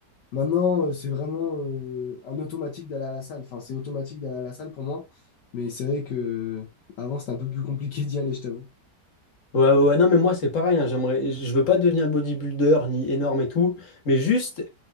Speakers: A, on the left; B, on the left.
A: maintenant, euh, c'est vraiment euh, un automatique d'aller à la salle. Enfin, c'est automatique d'aller à la salle pour moi. Mais c'est vrai que avant, c'était un peu plus compliqué d'y aller, je t'avoue.
B: Ouais, ouais, ouais. Non, mais moi, c'est pareil. hein, J'aimerais, je veux pas devenir bodybuilder ni énorme et tout, mais juste